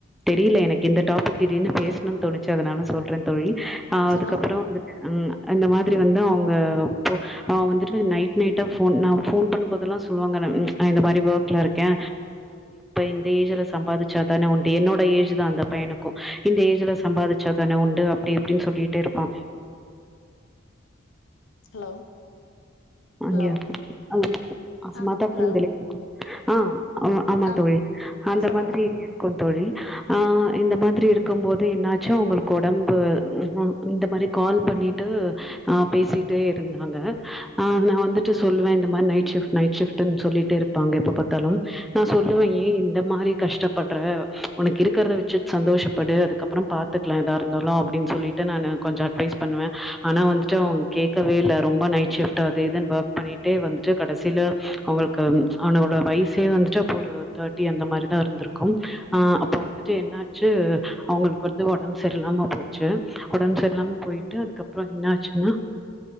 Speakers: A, in the centre; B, on the left.
A: தெரியல எனக்கு இந்த டாக் திடீர்னு பேசணுன் தேணுச்சு அதுனால சொல்றே தோழி அதுக்கப்பறொ
B: சொல்லுங்க
A: வந்துட்டு ம் அந்த மாரி வந்து அவுங்க பொ அவுங் வந்துட் நைட் நைட்டா ஃபோன் நா ஃபோன் பண்ணுபோதெல்லா சொல்லுவாங்க நா இந்த மாரி வோக்ல இருக்கே இந்த ஏஜ்ல சம்பாதிச்சா தானே உண்டு என்னோட ஏஜ் தா அந்த பையனுக் கு இந்த ஏஜ்ல சம்பாதிச்சா தானே உண்டு அப்டி இப்டின்னு சொல்லிட்டே இருப்பா
B: ஹலோ
A: அங்கியா
B: ஹலோ
A: <unintelligible>
B: ஆ ஹலோ
A: ஆ ஆமா ஆமா
B: ஆ
A: தோழி அந்த
B: ஆ, சொல்லுங்க
A: மாதுரி இருக்கு தோழி அ இந்த மாதிரி இருக்கும் போது என்னாச்சு அவுங்ளுக் ஒடம்பு இந்த மாரி கால் பண்ணிட்டு அ பேசிட்டே இருதாங்க ஆ நா வந்துட்டு சொல்லுவே இந்த மாரி நைட் சிஃப்ட் நைட் சிஃப்டுன் சொல்லிட்டே இருபாங்க எப்பபாத்தாலு நா சொல்லுவே
B: ம்
A: ஏ இந்த மாரி கஷ்டம் பட்ற ஒனக்கு இருக்கிறத வச்சி சந்தோஷபடு அதுகப்பறொ பாத்துக்லா எதா இருதாலு அப்டின் சொல்லி ட்டு நானு கொஞ்சொ அட்வைஸ் பன்னுவே ஆனா வந்துட்டு அவ கேக்கவே இல்ல ரொம்ப நைட் சிஃப்ட் அத இதுனு ஒர்க் பண்ணிட்டே வந்துட்டு கடசில அவுங்களுக்கு அவனோட வயசே வந்துட்டு அப்போ ஒரு தேர்ட்டி அந்த மாரிதா இருந்துருக்கும் ஆ அப்போ வந்துட்டு என்னாச்சு அவுங்களுக்கு வந்து ஒடம்பு சரி இல்லாம போச்சு ஒடம்பு சரில்லாம போயிட்டு அதுகப்றொ என்ன ஆச்சுன்னா